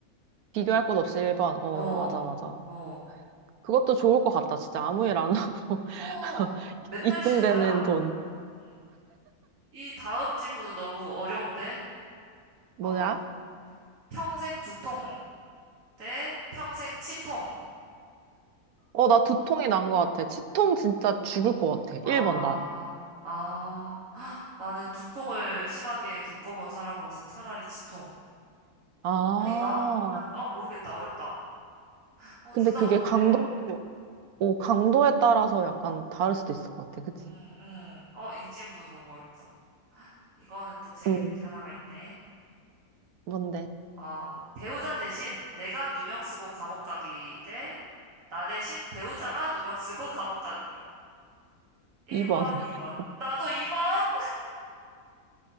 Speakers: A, on the right; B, on the right.
A: 비교할 것 없이 1번. 어,
B: 어,
A: 맞아, 맞아.
B: 어,
A: 그것도 좋을 것 같다. 진짜 아무 일 안 하고.
B: 어,
A: <laughs> 이-
B: 맨날
A: 입금되는
B: 쉬는 거야.
A: 돈.
B: 응. 이 다음 질문은 너무 어려운데?
A: 뭐냐?
B: 아, 너무 평생 두통 대 평생 치통.
A: 어, 나 두통이 난 것 같아. 치통 진짜 죽을 것 같아.
B: 아,
A: 1번 난.
B: 아, 헉, 나는 두통을 심하게 겪어본 사람으로서 차라리 치통.
A: 아.
B: 아닌가? 아, 아닌가? 아, 모르겠다. 어렵다. 어,
A: 근데
B: 둘
A: 그게
B: 다 너무
A: 강도,
B: 싫어.
A: 어, 강도에 따라서 약간 다를 수도 있을 것 같아. 그치?
B: 음, 음. 어, 이 질문은 너무 어렵다. 이거는 또 재밌는
A: 응.
B: 게 하나가 있네.
A: 뭔데?
B: 아, 배우자 대신 내가 누명 쓰고 감옥 가기 대 나 대신 배우자가 누명 쓰고 <laughs> 감옥 가기. 1번,
A: 2번. <laughs>
B: 2번. 나도 2번? <laughs>